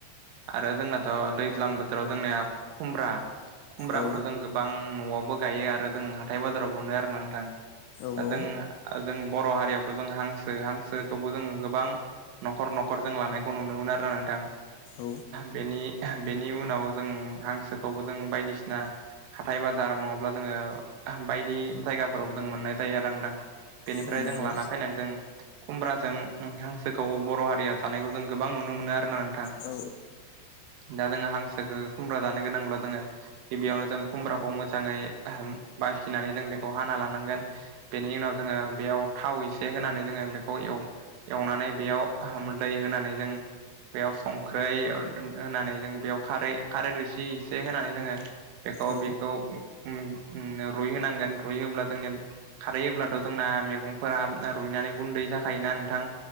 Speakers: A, on the right; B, on the left.
A: आरो जोंनाथ' दैज्लां बोथोराव जोंनिया खुमब्रा खुमब्राखौथ'
B: औ
A: जों गोबां न'आवबो गायो आरो जों हाथाय बाजारावबो मोनो आरो नोंथां
B: औ
A: दा जों जों बर' हारियावथ' जों हांसो हांसो जोङो गोबां न'खर न'खर जों लानायखौ नुनो मोनो आरोना नोंथां
B: औ
A: बेनि बेनि उनाव जों हांसोखौबो जों बायदिसिना हाथाय-बाजार नङाब्ला जोङो बायदि जायगाफोराव जों मोननाय जायो रांदां बेनिफ्राय
B: औ नंगौ
A: जों लाना फैनानै जों खुमब्राजों हांसोखौ बर' हारिया थानायखौ जों गोबां नुनो मोनो आरो नोंथां
B: औ
A: दा जों हा सोखो खुम्ब्रा जानो गोनांब्ला जोङो गिबियावनो जों खुमब्राखौ मोजाङै अहम बासिनानै जों बेखौ हाना लानांगोन बेनि उनाव जोङो बेयाव थाव एसे होनानै जोङो बे खौ एव-एवनानै बेयाव दै होनानै जों बेयाव संख्रै होनानै जों बेयाव खारै खारै रसे एसे होनानै जोङो बेखौ
B: औ
A: बेखौ उम रुइ होनांगोन रुइयोब्ला जोंनि खारै हब्लाथ' जोंना मैगंफोरा रुइनानै गुन्दै हायोना नोंथां